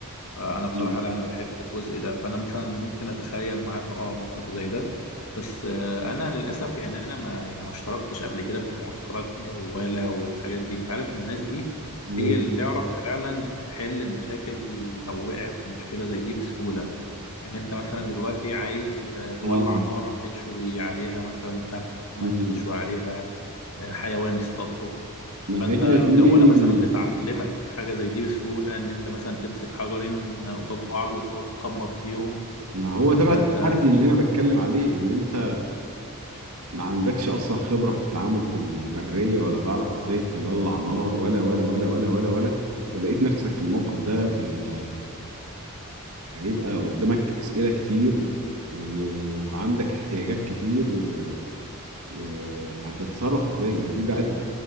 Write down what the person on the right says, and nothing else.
مم.
مم.
آه.
مم.
ما
هي دي
ما هو ده بقى
التحدي اللي انا بتكلم عليه ان انت ما عندكش اصلا خبرة في التعامل في البرية ولا تعرف ازاي تولع نار ولا ولا ولا ولا ولا ولا ولقيت نفسك في الموقف ده فانت هيبقى قدامك اسئلة كتير و- وعندك احتياجات كتير و- وهتتصرف ازاي ما دي بقى ال-